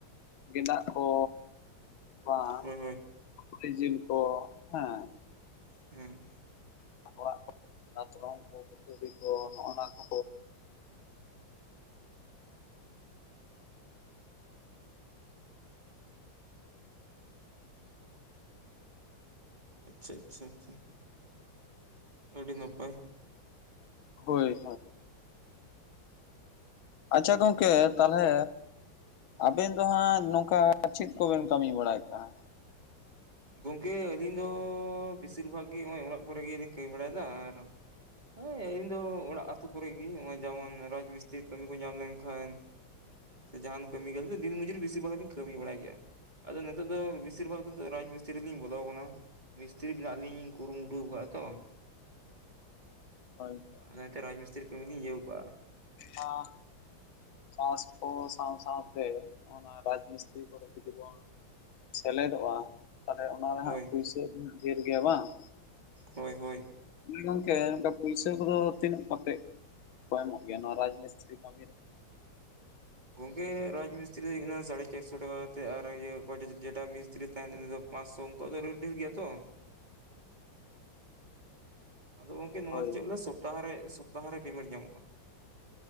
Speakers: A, on the left; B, on the right.
A: ᱜᱮᱫᱟᱜ ᱠᱚ ᱟᱨ
B: ᱦᱳᱭ ᱦᱳᱭ
A: ᱥᱩᱠᱨᱤ ᱡᱤᱞ ᱠᱚ ᱦᱮᱸ᱾
B: ᱦᱩᱸ
A: ᱚᱲᱟᱜ ᱠᱚ ᱫᱟᱛᱨᱚᱢ ᱠᱚ <unintelligible> ᱠᱚ ᱱᱚᱜ-ᱚ ᱱᱚᱣᱟ ᱠᱚ
B: <inaudible> ᱟᱪᱪᱷᱟ ᱟᱪᱪᱷᱟ ᱟᱪᱪᱷᱟ ᱟᱹᱰᱤ ᱱᱟᱯᱟᱭ
A: ᱦᱳᱭ ᱟᱪᱪᱷᱟ ᱜᱚᱝᱠᱮ ᱛᱟᱦᱞᱮ ᱟᱵᱮᱱ ᱫᱚ ᱦᱟᱸᱜ ᱱᱚᱝᱠᱟ ᱪᱮᱫ ᱠᱚᱵᱮᱱ ᱠᱟᱹᱢᱤ ᱵᱟᱲᱟᱭ ᱠᱟᱱᱟ᱾
B: ᱜᱚᱝᱠᱮ ᱟᱹᱞᱤᱧ ᱫᱚ ᱵᱮᱥᱤᱨ ᱵᱷᱟᱜᱽ ᱜᱮ ᱱᱚᱜ-ᱚᱭ ᱚᱲᱟᱜ ᱠᱚᱨᱮ ᱜᱮᱞᱤᱧ ᱠᱟᱹᱢᱤ ᱵᱟᱲᱟᱭᱮᱫᱟ ᱟᱨ ᱦᱮᱸ ᱤᱧ ᱫᱚ ᱚᱲᱟᱜ ᱟᱛᱩ ᱠᱚᱨᱮᱜᱤ ᱱᱚᱜ-ᱚᱭ ᱡᱮᱢᱚᱱ ᱨᱟᱡᱽ ᱢᱤᱥᱛᱤᱨᱤ ᱠᱟᱹᱢᱤ ᱠᱩ ᱧᱟᱢ ᱞᱮᱱᱠᱷᱟᱱ ᱥᱮ ᱡᱟᱦᱟᱱ ᱠᱟᱹᱢᱤ ᱠᱚᱫᱚ ᱫᱤᱱ ᱢᱚᱡᱩᱨᱤ ᱵᱤᱥᱤᱨ ᱵᱷᱟᱜᱽ ᱞᱤᱧ ᱠᱟᱹᱢᱤ ᱵᱟᱲᱟᱭ ᱜᱮᱭᱟ᱾ ᱟᱫᱚ ᱱᱤᱛᱳᱜ ᱫᱚ ᱵᱤᱥᱤᱨ ᱵᱷᱟᱜᱽ ᱨᱟᱡᱽ ᱢᱤᱥ ᱢᱤᱥᱛᱨᱤ ᱞᱤᱧ ᱵᱚᱞᱚ ᱟᱠᱟᱱᱟ ᱢᱤᱥᱛᱤᱨᱤ ᱵᱤᱱᱟᱜ ᱞᱤᱧ ᱠᱩᱨᱩᱢᱩᱴᱩ ᱠᱟᱜᱼᱟ ᱛᱚ᱾
A: ᱦᱳᱭ ᱦᱳᱭ
B: ᱚᱱᱟ ᱛᱮ ᱨᱟᱡᱽᱢᱤᱥᱛᱨᱤ ᱠᱟᱹᱢᱤ ᱞᱤᱧ ᱤᱭᱟᱹ ᱠᱟᱜ-ᱟ᱾
A: ᱟ ᱪᱟᱥ ᱠᱚ ᱥᱟᱶ ᱥᱟᱶᱛᱮ ᱱᱚᱜ-ᱚ ᱱᱚᱣᱟ ᱨᱟᱡᱽ ᱢᱤᱥᱛᱨᱤ ᱠᱚᱨᱮ ᱡᱩᱫᱤ ᱵᱚᱱ᱾ ᱥᱮᱞᱮᱫᱚᱜ-ᱟ ᱛᱟᱞᱦᱮ ᱚᱱᱟ ᱨᱮ
B: ᱦᱳᱭ
A: ᱦᱟᱸᱜ ᱯᱩᱭᱥᱟᱹ ᱰᱷᱮᱨ ᱜᱮᱭᱟ ᱵᱟᱝ᱾
B: ᱦᱳᱭ ᱦᱳᱭ
A: ᱦᱮ ᱜᱚᱝᱠᱮ ᱚᱱᱠᱟ ᱯᱩᱭᱥᱟᱹ ᱠᱚᱫᱚ ᱛᱤᱱᱟᱹᱜ ᱠᱟᱛᱮ ᱠᱚ ᱮᱢᱚᱜ ᱜᱮᱭᱟ ᱱᱚᱣᱟ ᱨᱟᱡᱽ ᱢᱤᱥᱛᱨᱤ ᱠᱟᱢᱤ ᱨᱮ
B: ᱜᱚᱝᱠᱮ ᱨᱟᱡᱽ ᱢᱤᱥᱛᱤᱨᱤ ᱫᱚ ᱦᱩᱭᱩᱜ ᱠᱟᱱᱟ ᱥᱟᱲᱮ ᱪᱟᱨᱥᱚ ᱴᱟᱠᱟ ᱠᱟᱛᱮ ᱟᱨ ᱤᱭᱟᱹ ᱚᱠᱚᱭᱴᱟᱜ ᱡᱮᱴᱟ ᱢᱤᱥᱛᱤᱨᱤ ᱛᱟᱦᱮᱸᱱ ᱫᱚ ᱩᱱᱤ ᱫᱚ ᱯᱟᱸᱥᱥᱚ ᱩᱝᱠᱩᱣᱟᱜ ᱫᱚ ᱨᱮᱴ ᱰᱷᱤᱨ ᱜᱮᱭᱟ ᱛᱚ ᱟᱫᱚ ᱜᱚᱢᱠᱮ ᱱᱚᱣᱟ
A: ᱦᱳᱭ
B: ᱫᱚ ᱪᱮᱫ ᱵᱚᱞᱮ ᱥᱚᱯᱛᱟᱦᱚ ᱨᱮ ᱥᱚᱯᱛᱟᱦᱚ ᱨᱮ ᱯᱮᱢᱮᱱᱴ ᱧᱟᱢᱚᱜ-ᱟ᱾